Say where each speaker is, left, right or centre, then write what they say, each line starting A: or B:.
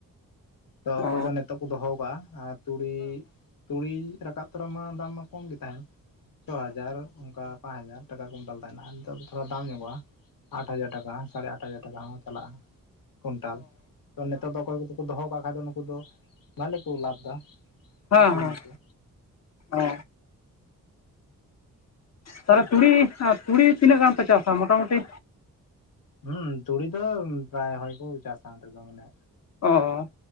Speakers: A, on the left; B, on the left.
A: ᱛᱚ
B: ᱚ
A: ᱚᱠᱚᱭ ᱫᱚ ᱱᱤᱛᱚᱜ ᱠᱚ ᱫᱚᱦᱚᱣ ᱠᱟᱜ-ᱟ ᱟᱨ ᱛᱩᱲᱤ ᱛᱩᱲᱤ ᱨᱟᱠᱟᱵ ᱛᱚᱨᱟ ᱢᱟ ᱫᱟᱢ ᱢᱟ ᱠᱚᱢ ᱜᱮ ᱛᱟᱦᱮᱱ ᱪᱷᱚ ᱦᱟᱡᱟᱨ ᱚᱱᱠᱟ ᱯᱟᱸᱪ ᱦᱟᱡᱟᱨ ᱴᱟᱠᱟ ᱠᱩᱭᱱᱴᱟᱞ ᱛᱟᱦᱮᱱᱟ ᱟᱨ ᱱᱤᱛᱚᱜ ᱫᱚ ᱥᱨᱦᱚ ᱫᱟᱢ ᱧᱚᱜᱚᱜᱼᱟ᱾ ᱟᱴ ᱦᱟᱡᱟᱨ ᱴᱟᱠᱟ, ᱥᱟᱲᱮ ᱟᱴ ᱦᱟᱡᱟᱨ ᱴᱟᱠᱟ ᱦᱚᱸ ᱪᱟᱞᱟᱜ-ᱟ᱾ ᱠᱩᱭᱱᱴᱟᱞ ᱛᱚ ᱱᱤᱛᱚᱜ ᱫᱚ ᱚᱠᱚᱭ ᱠᱚᱫᱚ ᱠᱚ ᱫᱚᱦᱚᱣ ᱠᱟᱜ ᱠᱷᱟᱡ ᱫᱚ ᱱᱩᱠᱩ ᱫᱚ ᱵᱷᱟᱞᱮ ᱠᱚ ᱞᱟᱵᱷ ᱫᱟ᱾
B: ᱦᱮᱸ
A: ᱟᱹᱠᱷᱨᱤᱧ
B: ᱦᱮᱸ
A: ᱫᱟᱠᱚ
B: ᱚ᱾ ᱛᱟᱦᱞᱮ ᱛᱩᱲᱤ ᱛᱩᱲᱤ ᱛᱤᱱᱟᱹᱜ ᱜᱟᱱ ᱯᱮ ᱪᱟᱥᱟ ᱢᱚᱴᱟᱢᱩᱴᱤ?
A: ᱦᱩᱸ ᱛᱩᱲᱤ ᱫᱚ ᱯᱨᱟᱭ ᱦᱚᱭᱠᱚ ᱪᱟᱥᱟ ᱚᱱᱛᱮ ᱫᱚ ᱢᱟᱱᱮ᱾
B: ᱚ᱾